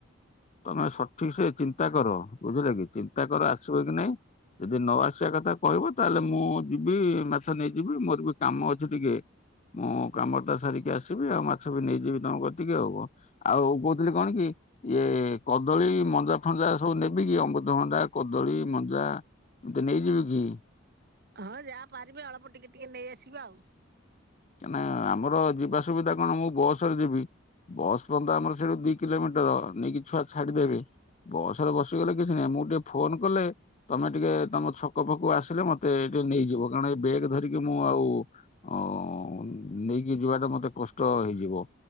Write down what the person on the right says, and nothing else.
ହଁ ଯାହା ପାରିବେ ଅଳ୍ପ ଟିକେ ଟିକେ ନେଇ ଆସିବେ ଆଉ।